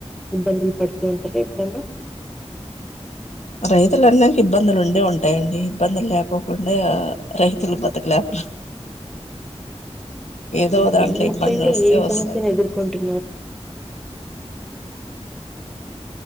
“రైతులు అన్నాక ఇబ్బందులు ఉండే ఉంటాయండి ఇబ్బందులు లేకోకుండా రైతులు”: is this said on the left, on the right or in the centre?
Left